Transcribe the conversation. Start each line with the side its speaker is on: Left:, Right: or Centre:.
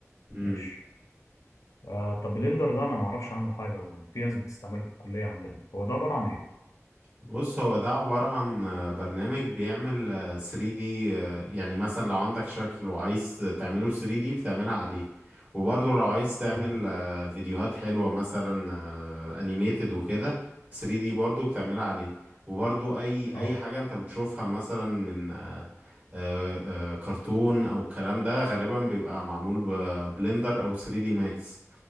Right: امم
Left: ماشي آه طب بلندر ده انا ما اعرفش عنه حاجه وفي ناس بتستعمله في الكليه عندنا هو ده عباره عن ايه؟
Right: بص هو ده عبارة عن آه، برنامج بيعمل آه، 3D آه، يعني مثلا لو عندك شكل وعايز تعمله 3D بتعملها عليه وبرضه لو عايز تعمل
Left: مم.
Right: آه، فيديوهات حلوة مثلا آه، animated وكده 3D برضه بتعملها عليه وبرضه أي
Left: اه
Right: أي حاجة أنت بتشوفها مثلا من آه، آه، آه، كرتون أو الكلام ده غالبا بيبقى معمول ببلندر أو 3D ماكس